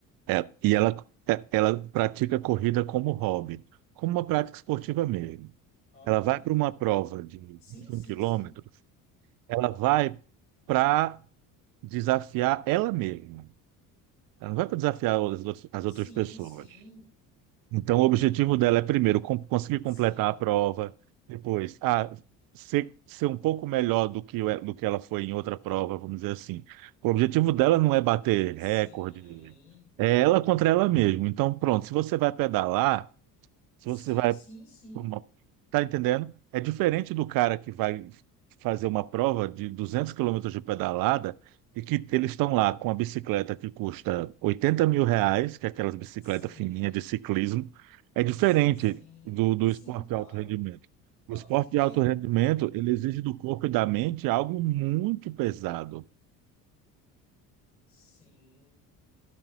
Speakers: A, on the right (about 50°); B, on the left (about 85°).
A: é, e ela é- ela pratica corrida como hobby, como uma prática esportiva mesmo.
B: aham.
A: Ela vai para uma prova de
B: Sim,
A: vinte e
B: sim,
A: um quilômetros,
B: sim.
A: ela vai para desafiar ela mesma. Ela não vai para desafiar as outras- as outras
B: Sim,
A: pessoas.
B: sim,
A: Então, o objetivo dela é, primeiro, com- conseguir completar
B: sim,
A: a prova, depois, ah, ser, ser um pouco melhor do que, o- do que ela foi em outra prova, vamos dizer assim. O objetivo dela não é bater recorde,
B: sim,
A: é ela contra ela mesma. Então, pronto, se você vai pedalar, se
B: sim,
A: você vai
B: sim, sim,
A: uma- Tá entendendo? É diferente do cara que vai fazer uma prova de 200 quilômetros de pedalada e que eles estão lá com a bicicleta que custa oitenta mil reais, que é aquelas bicicletas
B: sim,
A: fininhas de ciclismo. É diferente
B: sim, sim,
A: do, do
B: sim,
A: esporte
B: claro,
A: de alto rendimento.
B: claro,
A: O esporte de
B: é,
A: alto rendimento, ele exige do corpo e da mente algo muito pesado.
B: sim,